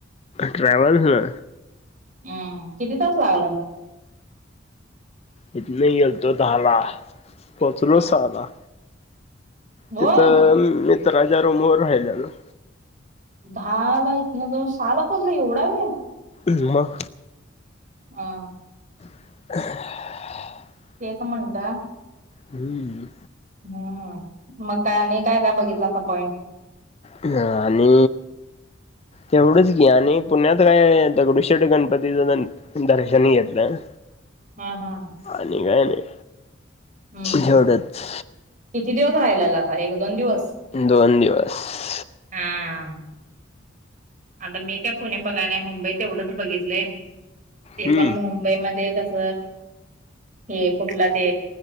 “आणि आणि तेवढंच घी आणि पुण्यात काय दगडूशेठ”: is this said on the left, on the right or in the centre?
Left